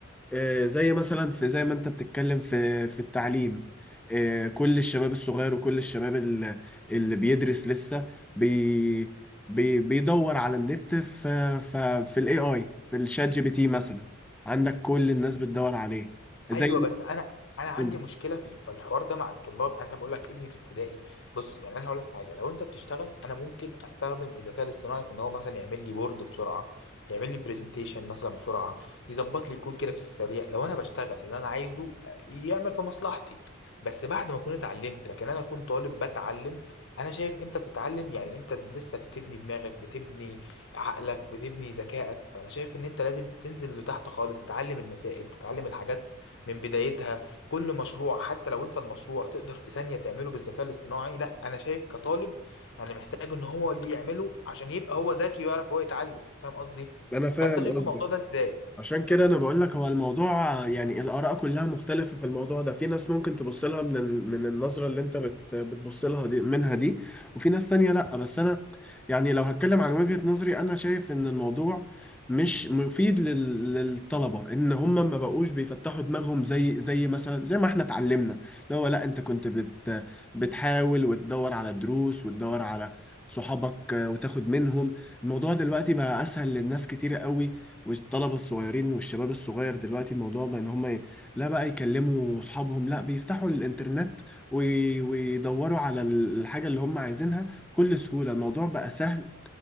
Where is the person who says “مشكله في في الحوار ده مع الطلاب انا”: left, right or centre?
Left